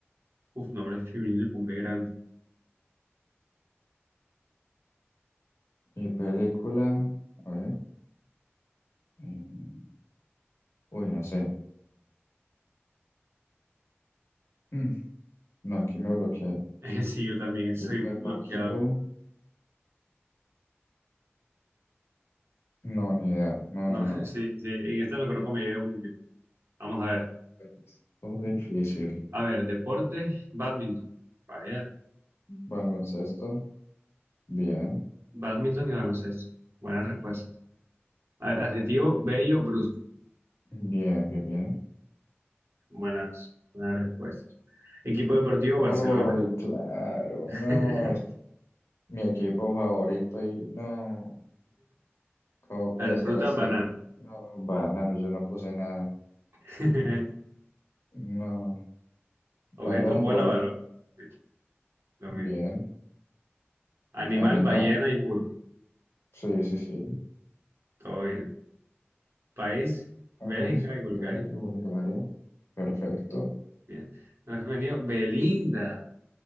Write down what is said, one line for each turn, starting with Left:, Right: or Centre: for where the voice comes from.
Right: Uf, nombre femenino con B grande.
Left: Y película. A ver. eh, uy, no sé. Mm, no, aquí me bloqueé.
Right: <laughs> Sí, yo también estoy
Left: Tipo de partido
Right: bloqueado.
Left: No, ni idea. No,
Right: No,
Left: no,
Right: <laughs>
Left: no.
Right: sí, sí, en esta no creo que me lleve muy bien. Vamos a ver.
Left: Estuvo difícil.
Right: A ver, deporte, badminton. Vaya,
Left: Baloncesto. Bien.
Right: badminton y baloncesto. Buenas respuestas. A ver, adjetivo, bello, brusco.
Left: Bien, bien, bien.
Right: Buenas, buenas respuestas. Equipo deportivo
Left: Uy,
Right: Barcelona.
Left: claro,
Right: <laughs>
Left: no, es mi equipo favorito y no, ¿cómo puedo
Right: A ver,
Left: ser
Right: fruta,
Left: así?
Right: banano.
Left: No, banano, yo no puse nada.
Right: <laughs>
Left: No,
Right: Objeto,
Left: balón,
Right: bola,
Left: bola,
Right: balón. Sí, lo
Left: bien.
Right: mismo. Animal,
Left: Animal,
Right: ballena y burro.
Left: sí, sí, sí.
Right: Todo bien. País, Bélgica
Left: ¿Ves?
Right: y Bulgaria.
Left: ¿Ves aquí Bulgaria? Perfecto.
Right: Bien. Nombre femenino, Belinda.